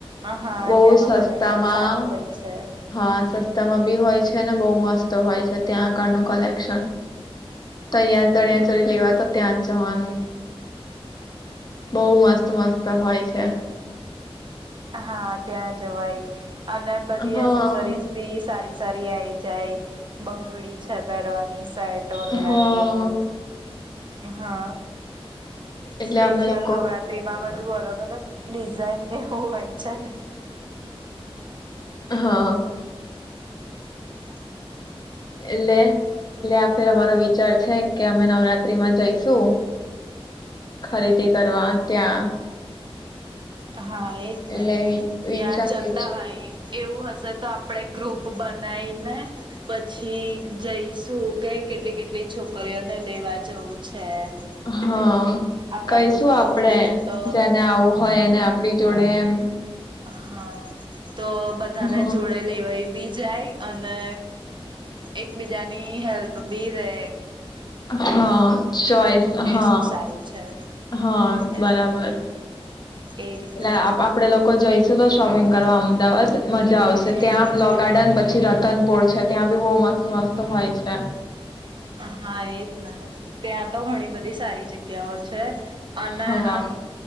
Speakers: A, on the right; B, on the left.
A: હા
B: બહ
A: ત્યાંનું કલેક્શન
B: સસ્તામાં,
A: સારું હોય છે
B: હા સસ્તામાં બી હોય છે ને બહુ મસ્ત હોય છે ત્યાં આગળનું કલેકશન. તહીયાં ચળિયા ચડી લેવા તો ત્યાં જ જવાનું, બહ મસ્ત મસ્ત હોય છે.
A: હા ત્યાં જવાય. અને બધી
B: હા
A: એસેસરીઝ બી સારી સરી આઈ જાય, બંગડી છે પહેરવાની વગે
B: હા
A: એવું બધું, હા,
B: એટલે
A: સ્પેશિયલ
B: અમે લોકો
A: નવરાત્રીમાં બ એ અલગ અલગ ડિઝાઈન હોવાય છે ને.
B: હા.
A: હ <inaudible>
B: એટલે એટલે આખેર અમારો વિચાર છે કે અમે નવરાત્રીમાં જઈશું. ખરીદી કરવા ત્યાં
A: હમ <inaudible> હા એજ
B: એટલે
A: ને, ત્યાં
B: વિચાર્યું
A: જતા
B: છે
A: હોય એવું હશે તો આપણેે ગ્રુપ બનાવીને પછી જઈશું કે કેટલી કેટલી છોકરીઓ લેવા જવું છે એમ,
B: હા
A: આપણા
B: કઈશું
A: ગ્રુપમાંથી
B: આપડે
A: તો
B: જેને આવું હોય એને આપડી જોડે એમ.
A: હા તો બધાને
B: હ
A: જોડે લેવાય બી જાય અને એકબીજાની હેલ્પ બી રહે
B: હા ચોઈસ હા
A: શું સારું છે
B: હા
A: એ
B: બરાબર
A: એ રીતે
B: એટલે આપડે લોકો જોઈ તો શોપિંગ કરવા અમદાવાદ મજા આવશે
A: હમ
B: ત્યાં લો ગાર્ડન પછી રત તનપુર છે ત્યાં બી બહુ, મસ્ત મસ્ત હોય છે
A: હા એ જ ના ત્યાં તો ઘણી બધી સારી જગ્યા કેવો છે અને
B: હા
A: આમ